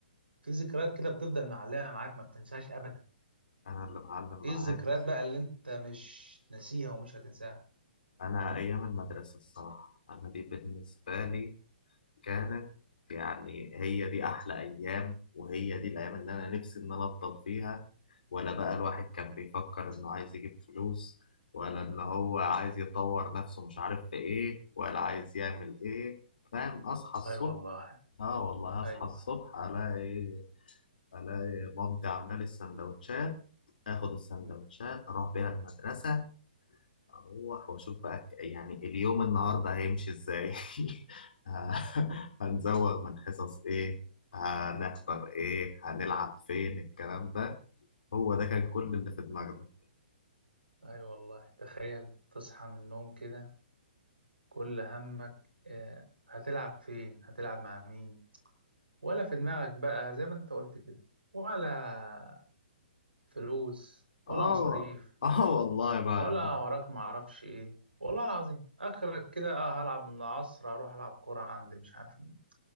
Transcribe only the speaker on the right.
في ذكريات كده بتفضل معلمه معاك ما بتنساهاش ابدا
ايه
الذكريات
بقى اللي انت مش ناسيها ومش هتنساها
اي والله
ايوه
اي والله تخيل تصحى من النوم كده كل همك آه، هتلعب فين هتلعب مع مين ولا في دماغك بقى زي ما انت قلت كده ولا فلوس ولا
مصاريف
ولا وراك معرفش ايه والله العظيم اخرك كده اه هلعب من العصر اروح العب كرة عند مش عارف مين